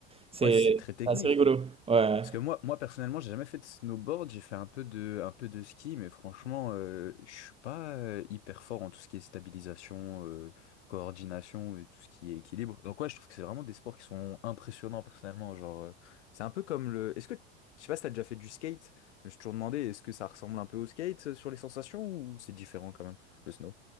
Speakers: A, on the right (about 15°); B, on the left (about 80°).
A: c'est
B: Ouais, c'est très technique.
A: c'est assez rigolo. Ouais.
B: Parce que moi, moi personnellement, j'ai jamais fait de snowboard, j'ai fait un peu de, un peu de ski, mais franchement, euh, je suis pas euh, hyper fort en tout ce qui est stabilisation, euh, coordination et tout ce qui est équilibre. Donc ouais, je trouve que c'est vraiment des sports qui sont impressionnants personnellement. Genre, euh, c'est un peu comme le. Est-ce que je sais pas si t'as déjà fait du skate? Je me suis toujours demandé, est-ce que ça ressemble un peu au skate euh, sur les sensations ou c'est différent quand même, le snow?